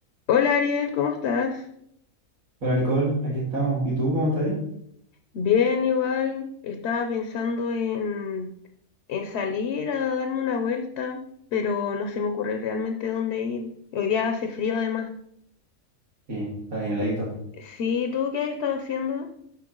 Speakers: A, on the left; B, on the right.
A: Hola Ariel, ¿cómo estás?
B: Hola Nicole, aquí estamos. ¿Y tú cómo estás ahí?
A: Bien, igual. Estaba pensando en, en salir a darme una vuelta, pero no se me ocurre realmente dónde ir. Hoy día hace frío además.
B: Sí, está bien heladito.
A: Eh, Sí, ¿tú qué has estado haciendo?